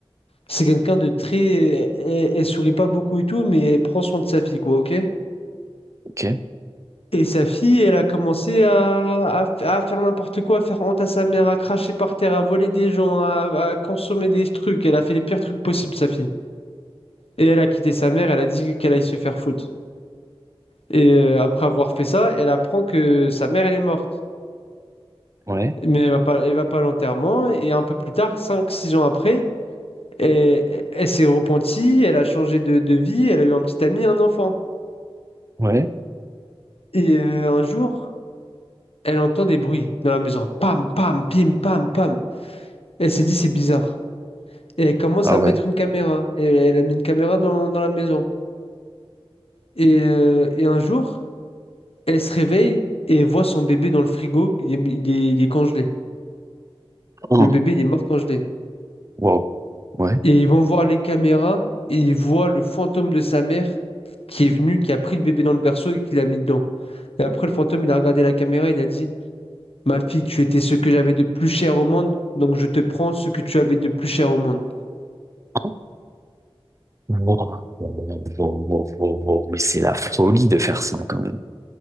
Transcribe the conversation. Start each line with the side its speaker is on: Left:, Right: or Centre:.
Left: C'est quelqu'un de très. Elle, elle sourit pas beaucoup et tout, mais elle prend soin de sa fille, quoi, ok?
Right: Ok.
Left: Et sa fille, elle a commencé à, à, à faire n'importe quoi, à faire honte à sa mère, à cracher par terre, à voler des gens, à, à consommer des trucs. Elle a fait les pires trucs possibles, sa fille. Et elle a quitté sa mère, elle a dit qu'elle allait se faire foutre. Et euh, après avoir fait ça, elle apprend que sa mère, elle est morte.
Right: Ouais.
Left: Mais elle va pas, elle va pas à l'enterrement. Et un peu plus tard, cinq six ans après, elle, elle s'est repentie, elle a changé de, de vie, elle a eu un petit ami, un enfant.
Right: Ouais.
Left: Et euh, un jour, Elle entend des bruits dans la maison. Pam, pam, pim, pam, pam. Elle s'est dit, c'est bizarre. Et elle commence
Right: Ah
Left: à mettre
Right: ouais.
Left: une caméra. Et elle a mis une caméra dans, dans la maison. Et, euh, et un jour, elle se réveille et elle voit son bébé dans le frigo. Il est, il est- il est congelé.
Right: Hum.
Left: Le bébé, il est mort congelé.
Right: Wow. Ouais.
Left: Et ils vont voir les caméras et ils voient le fantôme de sa mère qui est venu, qui a pris le bébé dans le berceau et qui l'a mis dedans. Et après, le fantôme, il a regardé la caméra et il a dit, Ma fille, tu étais ce que j'avais de plus cher au monde, donc je te prends ce que tu avais de plus cher au monde.
Right: Wow. Wow, wow, wow, wow, wow. Mais c'est la folie de faire ça, quand même.